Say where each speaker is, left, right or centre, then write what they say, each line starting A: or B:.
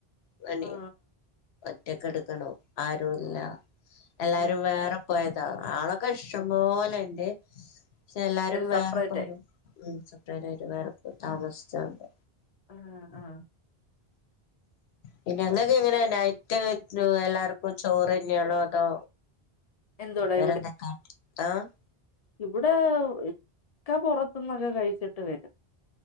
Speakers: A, on the left; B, on the left.
A: പണി.
B: ആ
A: ഒറ്റക്കെടുക്കണൊ ആരുല്ല എല്ലാരും
B: ആ
A: വേറെ പോയ താ ആളൊക്കെ ഇഷ്ടംപോലെണ്ട് ക്ഷെ എല്ലാരും വേറെ
B: സെപ്പറേറ്റ്
A: പോയതൊ
B: ആയി
A: ഉം സെപ്രൈറ്റായിട്ട് വേറെ പോയി താമസിച്ചാണ്ട്.
B: ആഹ് ആഹ്.
A: പിന്നെന്തൊക്കെ ങ്ങനെ. നൈറ്റ് നു എല്ലാർക്കും ചോറന്ന്യേണോ അതോ.
B: എന്തുവാടാ
A: വേറെന്തക്കെ ആഹ്.
B: ഇവ്ടെ ഇക്ക പൊറത്ത്ന്നൊക്കെ കഴിച്ചിട്ട് വരും